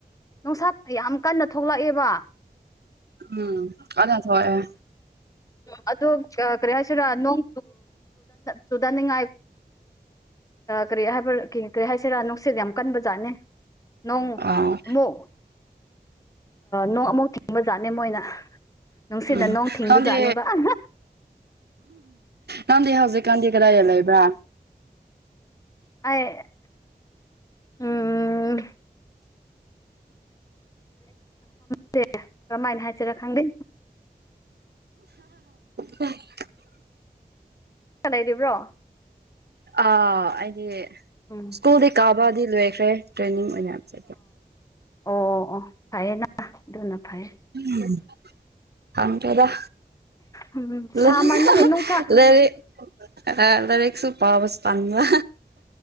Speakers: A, on the left; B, on the right.
A: ꯅꯨꯡꯁꯥ ꯌꯥꯝ ꯀꯟꯅ ꯊꯣꯛꯂꯛꯑꯦꯕ
B: ꯎꯝ ꯀꯅꯥꯊꯋꯥꯏ
A: ꯑꯣ ꯀ꯭ꯔꯦꯍꯁꯤꯔ ꯅꯣꯡ ꯆꯨꯗꯥꯅꯤꯡꯉꯥꯏ ꯀꯔꯤ ꯍꯥꯏꯕ ꯀꯔꯤ ꯍꯥꯏꯁꯤꯔꯥ ꯅꯨꯡꯁꯤꯠ ꯌꯥꯝ ꯀꯟꯕ ꯖꯥꯠꯅꯦ ꯅꯣꯡ
B: ꯑꯥ
A: ꯑꯃꯨꯛ ꯅꯣꯡ ꯑꯃꯨꯛ ꯊꯤꯡꯕ ꯖꯥꯠꯅꯦ ꯃꯣꯏꯅ ꯅꯨꯡꯁꯤꯠꯅ
B: ꯎꯝ
A: ꯅꯣꯡ ꯊꯤꯡꯕ
B: ꯅꯪꯗꯤ
A: ꯖꯥꯠꯅꯦꯕ ꯑ
B: ꯅꯪꯗꯤ ꯍꯧꯖꯤꯛꯀꯥꯟꯗꯤ ꯀꯗꯥꯏꯗ ꯂꯩꯕ꯭ꯔꯥ
A: ꯑ ꯎꯝ ꯐꯝꯁꯦ ꯀꯔꯝꯥꯏꯅ ꯍꯥꯏꯁꯤꯔ ꯈꯪꯗꯦ
B: ꯎ
A: ꯀ ꯂꯩꯏꯕ꯭ꯔꯣ
B: ꯑ ꯑꯩꯗꯤ
A: ꯎꯝ
B: ꯁ꯭ꯀꯨꯜꯗꯤ ꯀꯥꯕꯗꯤ ꯂꯣꯏꯈ꯭ꯔꯦ ꯇ꯭ꯔꯦꯅꯤꯡ ꯥ ꯆ
A: ꯑꯣ ꯑꯣ ꯑꯣ ꯐꯩꯌꯦꯅ ꯑꯗꯨꯅ ꯐꯩꯌꯦ
B: ꯎꯝ ꯍꯗꯗ
A: ꯎꯝ
B: ꯂ
A: ꯁꯥꯃꯟꯕꯒꯤ ꯅꯨꯡꯁꯥ
B: ꯂꯔꯤ ꯑꯗꯔꯦꯁꯨ ꯄꯋꯥꯕꯨꯁ ꯇꯥꯟꯖ